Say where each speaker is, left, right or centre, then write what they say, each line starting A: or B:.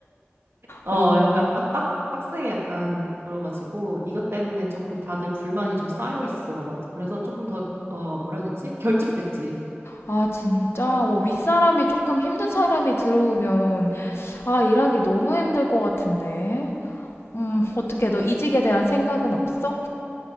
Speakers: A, on the right; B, on the left.
A: 어,
B: 어.
A: 약간 빡, 빡, 빡세게 약간 불어가지고 이것 때문에 조금 다들 불만이 좀 쌓여 있어. 그래- 그래서 조금 더, 어, 뭐라 해야 되지? 결집됐지.
B: 아, 진짜? 와, 윗사람이 조금 힘든 사람이 들어오면 아, 일하기 너무 힘들 것 같은데. 음, 어떻게 너 이직에 대한 생각은 없어?